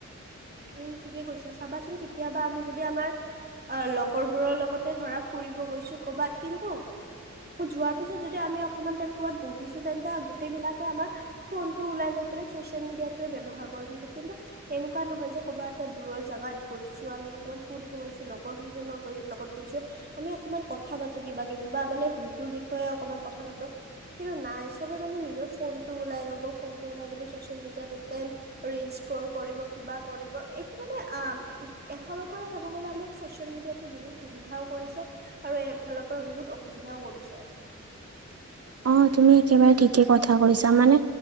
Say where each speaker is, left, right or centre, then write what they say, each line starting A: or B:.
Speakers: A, on the right (about 30°); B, on the right (about 55°).
A: উম, ঠিকে কৈছা চাবাচোন কেতিয়াবা আমি যদি আমাৰ অ', লগৰবোৰৰ লগতে ধৰা ফুৰিব গৈছোঁ কৰবাত কিন্তু যোৱাৰ পিছত যদি আমি অকমান টাইম ক'বাত বহিছো তেন্তে গোটেই বিলাকে আমাৰ, ফোনটো ওলাই লৈ পেলাই চচিয়েল মিডিয়াটোৱেই ব্যৱহাৰ কৰে থাকে। কিন্তু, এনেকুৱা নহয় যে ক'বাত এটা দূৰৰ জাগাত গৈছোঁ আমি অকণমান ফুৰিব গৈছোঁ লগৰ কেইজনৰ গৈ লগত গৈছোঁ, মানে অকমান কথা পাতো কিবা কিবি বা মানে ভিউটোৰ বিষয়ে অকমান কথা পাতো। কিন্তু নাই চবে মানে নিজৰ ফোনটো উলাই লব, ফোনটো উলায় মেলি চচিয়েল‌ মিডিয়াত টেন ৰীল স্ক্ৰ'ল কৰিব, কিবা কৰিব। এইটো মানে আ এফালৰ পৰা চাব গলে আমাক ছ'চিয়েল মিডিয়াতো বহুত সুবিধাও কৰিছে আৰু এইফালৰ পৰা বহুত অসুবিধাও কৰিছে।
B: <inaudible> অ তুমি একেবাৰে ঠিকেই কথা কৈছা মানে